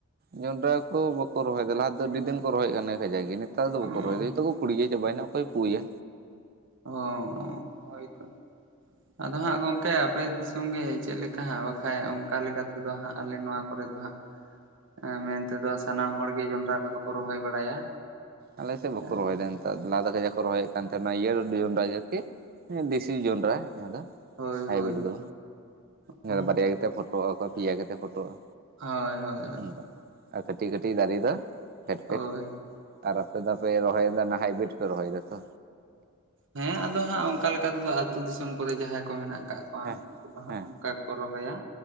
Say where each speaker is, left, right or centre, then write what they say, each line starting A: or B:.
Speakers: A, on the right; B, on the right.
A: ᱡᱚᱱᱰᱨᱟ ᱠᱚ ᱵᱟᱠᱚ ᱨᱚᱦᱚᱭᱫᱟ ᱞᱟᱦᱟ ᱫᱚ ᱟᱹᱰᱤ ᱫᱤᱱ ᱠᱚ ᱨᱚᱦᱚᱭ ᱠᱟᱱᱟ ᱠᱟᱡᱟᱠ ᱜᱮ ᱱᱤᱛᱼᱼ ᱱᱮᱛᱟᱨ ᱫᱚ
B: ᱚ
A: ᱵᱟᱠᱚ ᱨᱚᱦᱚᱭᱫᱟ ᱡᱚᱛᱚ ᱠᱚ ᱠᱩᱲᱤᱭᱟᱹ ᱪᱟᱵᱟᱭᱱᱟ ᱚᱠᱚᱭ ᱯᱩᱭᱟ᱾
B: ᱚ ᱦᱳᱭ ᱛᱚ ᱟᱫᱚ ᱦᱟᱸᱜ ᱜᱚᱝᱠᱮ ᱟᱯᱮ, ᱫᱤᱥᱚᱢ ᱜᱮ ᱪᱮᱫ ᱞᱮᱠᱟ ᱦᱟᱸᱜ ᱵᱟᱠᱷᱟᱡ ᱚᱝᱠᱟ ᱞᱮᱠᱟ ᱛᱮᱫᱚ ᱦᱟᱸᱜ ᱟᱞᱮ ᱱᱚᱶᱟ ᱠᱚᱨᱮ ᱫᱚ ᱦᱟᱸᱜᱼᱼ ᱮᱸ ᱢᱮᱱ ᱛᱮᱫᱚ ᱥᱟᱱᱟᱢ ᱦᱚᱲ ᱜᱮ ᱡᱚᱱᱰᱨᱟ ᱠᱚᱫᱚ ᱠᱚ ᱨᱚᱦᱚᱭ ᱵᱟᱲᱟᱭᱟ᱾
A: ᱟᱞᱮ ᱥᱮᱫ ᱵᱟᱠᱚ
B: ᱦᱳᱭ
A: ᱨᱚᱦᱚᱭᱫᱟ ᱱᱮᱛᱟᱨ ᱫᱚ ᱞᱟᱦᱟ ᱫᱚ <unintelligible> ᱨᱚᱦᱚᱭᱮᱫ ᱠᱟᱱ ᱛᱟᱦᱮᱱᱟ ᱱᱚᱶᱟ ᱤᱭᱟᱹ ᱡᱚᱱᱰᱨᱟ ᱡᱟᱹᱠᱤ ᱵᱤᱥᱼᱼ <unintelligible> ᱡᱚᱱᱰᱨᱟ ᱡᱟᱦᱟᱸ ᱫᱚ
B: ᱦᱳᱭ
A: ᱦᱟᱭᱵᱤᱰ
B: ᱦᱳᱭ
A: ᱫᱚ ᱵᱟᱝ
B: ᱦᱳᱭ
A: ᱵᱟᱨᱭᱟ ᱜᱤᱛᱟ ᱯᱷᱚᱴᱼᱼ ᱯᱷᱚᱴᱚᱜᱼᱟ ᱯᱮᱭᱟ ᱠᱟᱛᱮ ᱯᱷᱚᱴᱚᱜᱼᱟ᱾
B: ᱦᱟᱭ ᱦᱟᱭ ᱦᱟᱭ᱾
A: ᱚᱱᱠᱟ ᱟᱨ ᱠᱟᱹᱴᱤᱡ ᱠᱟᱹᱴᱤᱡ ᱫᱟᱨᱮ ᱫᱚ ᱯᱷᱮᱰ ᱯᱷᱮᱰ᱾
B: ᱦᱳᱭ
A: ᱟᱨ ᱟᱯᱮ ᱫᱚᱯᱮ ᱨᱚᱦᱚᱭᱮᱫᱟ ᱱᱟ ᱦᱟᱭᱵᱤᱰ ᱯᱮ ᱨᱚᱦᱚᱭᱮᱫᱟ ᱛᱚ᱾
B: ᱦᱮᱸ ᱟᱫᱚ ᱦᱟᱸᱜ ᱚᱝᱼᱠᱟ ᱞᱮᱠᱟ ᱛᱮᱫᱚ ᱟᱛᱩ ᱫᱤᱥᱚᱢ ᱠᱚᱨᱮ ᱡᱟᱦᱟᱸᱭ ᱠᱚ ᱢᱮᱱᱟᱜᱼᱼ ᱠᱟᱫ ᱠᱚᱶᱟ
A: ᱦᱮᱸ
B: ᱩᱱᱠᱩ ᱫᱚ ᱦᱟᱸᱜ
A: ᱦᱮᱸ
B: ᱚᱱᱠᱟ ᱜᱮᱠᱚ ᱨᱚᱦᱚᱭᱟ᱾